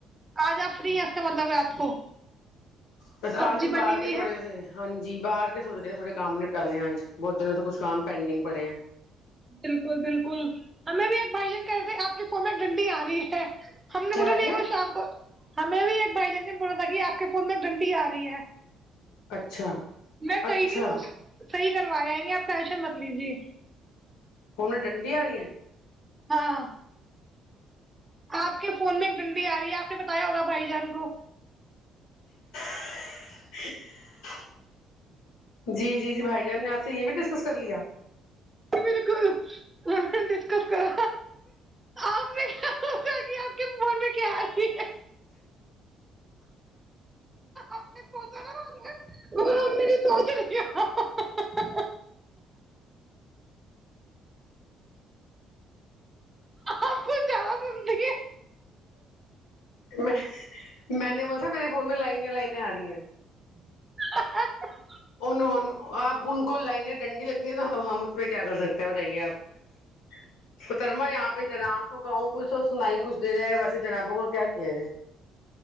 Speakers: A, on the right; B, on the left.
A: آج آپ فری ہیں سے مطلب رات کو
B: پسے
A: سبزی
B: آ جان باہر
A: بنی ہوئی
B: کے تھوڑے
A: ہے
B: ج تھ ہاں جی باہر کے سوچے ہیں تھوڑے کام نپٹا لے ہیں انج بہت جن ا سےے کچ کام پینڈنگ پڑے ہیں
A: بالکل بالکل ہمیں بھی ایڈائزن کر آپ کی فون ڈنڈی آ رہی ہے ہم نے
B: کیا
A: بولا
B: آ رہی
A: نہیں
B: ہے
A: وہ شام کو ہمیں بھی ایک بھائی جن نے بولا تھا کہ آپ کے فون میں ڈنڈی آ رہی ہے
B: اچھا
A: میں کہیں
B: اچھا
A: بھی وہ صحیح کروا جائیں گے آپ ٹینشن مت لیجیے
B: فون ڈنڈی آ رہی ہیں
A: ہاں آپ کے فون میں ایک ڈنڈی آ رہی ہے آپ نے بتایا ہوگا بھائی جان کو
B: <inaudible> جی جی جی بھائی جان نے آپ سے یہ بھی ڈسکس کر لیا
A: بالکل ڈسکس کرا آپ نے کیا سوچا کہ آپ کے من میں کیا آتی آپ نے سوچ <unintelligible> وہ سوچ رہی آپ کچھ زیادہ سنتی ہے
B: میں میں نے بول س میرے فون میں لائن لائن آ رہی ہیں
A: <inaudible>
B: ان آپ ان کو لائن ڈنڈی لگ ہم اس پ میں کیا کر سکتے بتائیے آپ فترما یہاں پہ ج نا آپ کو کہوں کچھ اور سنائ کچھ دے دے وسے جناب بگ کیا کیا